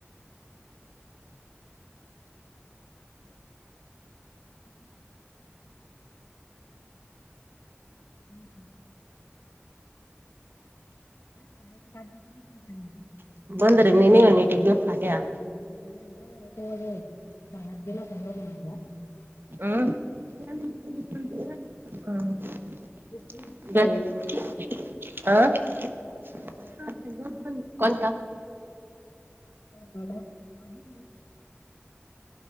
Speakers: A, on the left; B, on the right.
A: <inaudible> ह हा. <unintelligible>
B: <unintelligible>
A: <unintelligible>
B: <unintelligible>
A: तू खूप दिसतोय सोबत चित्रकला
B: <unintelligible> कोणता
A: बोला <unintelligible>